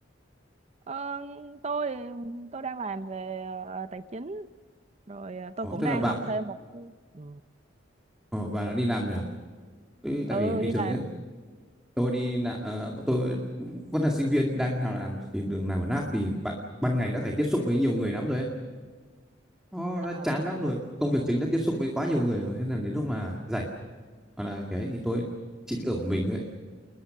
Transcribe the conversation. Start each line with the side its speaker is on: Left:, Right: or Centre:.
Right: Ờ, tôi tôi đang làm về ờ, tài chính rồi ờ, tôi
Centre: Ủa,
Right: cũng
Centre: tức
Right: đang
Centre: là bà
Right: học thêm một ừ,
Centre: Ủa, bà đã đi làm rồi à Thế
Right: ừ
Centre: tại vì bình
Right: đi
Centre: thường
Right: làm
Centre: nhá, tôi đi là ờ, tôi vẫn là sinh viên đang đi học làm thì đường làm ở NAP thì bạn ban ngày đã phải tiếp xúc với nhiều người lắm rồi ấy. nó
Right: Ờ.
Centre: đã chán lắm rồi công việc chính đã tiếp xúc với quá nhiều người rồi thế là đến lúc mà rảnh hoặc là cái thì tôi chỉ thích ở một mình thôi ấy.